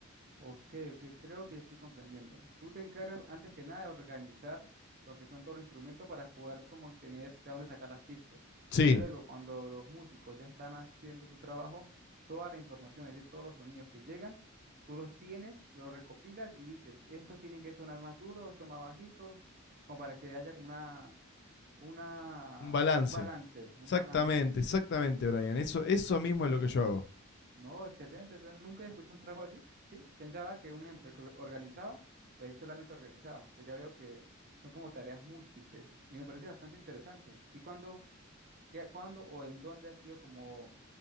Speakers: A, on the right (about 45°); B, on the left (about 55°).
A: Ok, ok, creo que ya estoy comprendiendo. Tú te encargas antes que nada de organizar lo que son todos los instrumentos para poder como que tener de dónde sacar las pistas.
B: Sí.
A: Y luego cuando los músicos ya están haciendo su trabajo, toda la información, es decir, todos los sonidos que llegan, tú los tienes, los recopilas y dices, estos tienen que sonar más duros, estos más bajitos, como para que haya como una, una,
B: Un balance.
A: un balance, un
B: Exactamente,
A: balance.
B: exactamente, Brian. Eso, eso mismo es lo que yo hago.
A: No, excelente. eso nunca había escuchado un trabajo así, ¿sí? Pensaba que un ejemplo, el que organizaba, pues solamente organizaba. Pues ya veo que son como tareas múltiples y me parece bastante interesante. ¿Y cuándo, qué, cuándo o en dónde ha sido como